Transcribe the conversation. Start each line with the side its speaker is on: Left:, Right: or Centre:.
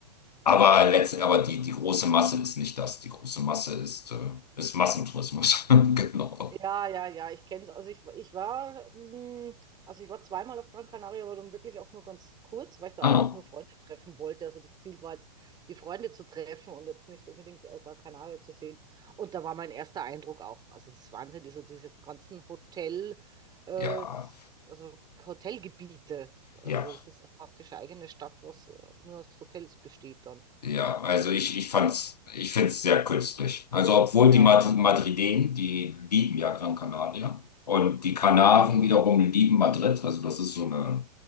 Left: Aber letztlich, aber die, die große Masse ist nicht das. Die große Masse ist, äh, ist Massentourismus. <laughs> Genau.
Right: Ja, ja, ja, ich kenne es. Also ich, ich war, mh, also ich war zweimal auf Gran Canaria, aber dann wirklich auch nur ganz kurz, weil ich da
Left: Ah,
Right: eigentlich nur Freunde treffen wollte. Also das Ziel war jetzt, die Freunde zu treffen und jetzt nicht unbedingt äh, Gran Canaria zu sehen. Und da war mein erster Eindruck auch. Also es ist Wahnsinn, diese, diese ganzen Hotel, äh,
Left: ja,
Right: das, also Hotelgebiete. Also
Left: ja,
Right: das ist ja praktisch eine eigene Stadt, was äh, nur aus Hotels besteht dann.
Left: ja. Also ich, ich fand's, ich find's sehr künstlich. Also obwohl
Right: Ja.
Left: die Mad Madrilen, die lieben ja Gran Canaria. Und die Kanaren
Right: Mhm.
Left: wiederum lieben Madrid. Also das ist so eine,